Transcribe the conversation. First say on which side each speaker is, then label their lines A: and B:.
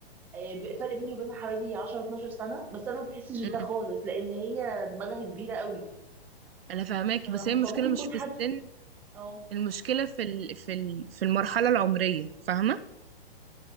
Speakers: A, in the centre; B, on the right (about 65°).
A: آه، ب- فرق بيني وبينها حوالي 10 12 سنه بس انا ما بحسش
B: أمم،
A: بده خالص لان هي دماغها كبيره قوي
B: أنا فاهماكي
A: ف-
B: بس هي المشكلة
A: فممكن
B: مش
A: يكون
B: في
A: حد
B: السن
A: اه
B: المشكلة في ال... في ال... في المرحلة العمرية فاهمة